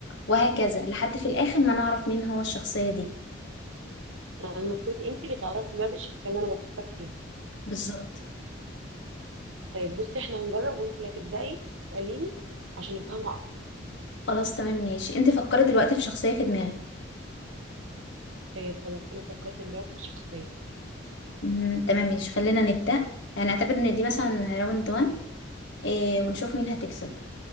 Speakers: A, on the left (about 65°); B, on the right (about 75°).
A: وهكذا لحد في الاخر ما نعرف مين هو الشخصية دي
B: يعني المفروض انت اللي تعرفي دلوقتي الشخصيه اللي انا بفكر فيها
A: بالظبط
B: طيب بصي احنا هنجرب وانت اللي هتبداي تساليني عشان افهمها اكتر
A: خلاص تمام ماشي انت فكري دلوقتي في شخصية في دماغك
B: طيب خلاص انا فكرت دلوقتي في شخصيه
A: مم، تمام ماشي خلينا نبدأ هنعتبر ان دي مثلا راوند 1 إيه ونشوف مين هتكسب